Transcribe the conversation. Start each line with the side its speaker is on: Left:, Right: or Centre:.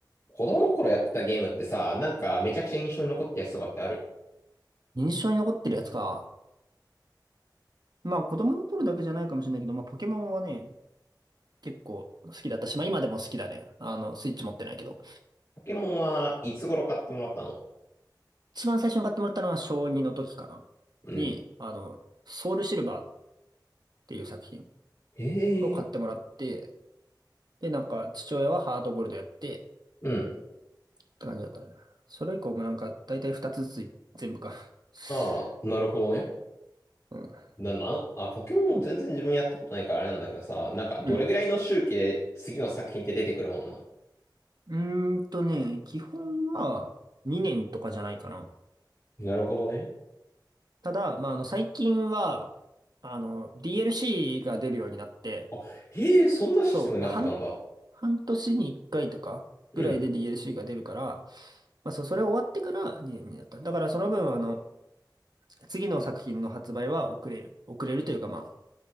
Left: 子供の頃やってたゲームってさ、なんかめちゃくちゃ印象に残ったやつとかってある
Right: 印象に残ってるやつか。まあ子供の頃だけじゃないかもしれないけど、まあポケモンはね、結構好きだったし、まあ今でも好きだね。あの、スイッチ持ってないけど。
Left: ポケモンはいつ頃買ってもらったの
Right: 一番最初に買ってもらったのは小2の時かな。
Left: うん。
Right: に、あの、ソウルシルバーっていう作品
Left: へ
Right: を買ってもらって、
Left: え。
Right: で、なんか父親はハートゴールドやって
Left: うん。
Right: って感じだったね。それ以降もなんか大体2つずつ全部か。<laughs>
Left: ああ、なるほどね。
Right: うん。
Left: な、な、あ、ポケモン全然自分やったことないからあれなんだけどさ、なんかどれぐらいの周期で次の作品って出てくるもんな。
Right: うん。うーんとね、基本は2年とかじゃないかな。
Left: なるほどね。
Right: ただ、まあ、あの、最近は、あの、DLC が出るようになって、
Left: あ、へえ、そんなシステムになってたんだ。
Right: そう、だ半、半年に1回とかぐらいで
Left: うん。
Right: DLC が出るから、まあ、そう、それ終わってから2になった。だからその分、あの、次の作品の発売は遅れる。遅れるというか、まあ、